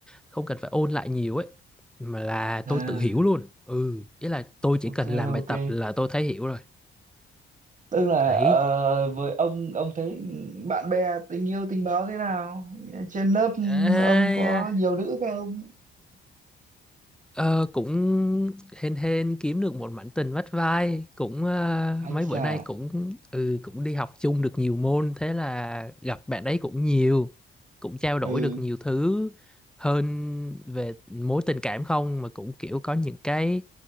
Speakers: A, in the centre; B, on the right.
A: không cần phải ôn lại nhiều ấy mà là
B: à,
A: tôi tự hiểu luôn ừ ý là tôi chỉ cần
B: ok
A: làm bài
B: ok
A: tập là tôi thấy hiểu rồi
B: tức là
A: ấy
B: ờ, với ông ông thấy bạn bè tình yêu tình báo thế nào trên lớp
A: À,
B: ông có nhiều nữ không
A: Ờ, cũng hên hên kiếm được một mảnh tình vắt vai cũng ờ,
B: <laughs> ấy
A: mấy bữa
B: chà
A: nay cũng ừ cũng đi học chung được nhiều môn thế là gặp bạn ấy cũng nhiều cũng trao đổi
B: ừ
A: được nhiều thứ hơn về mối tình cảm không mà cũng kiểu có những cái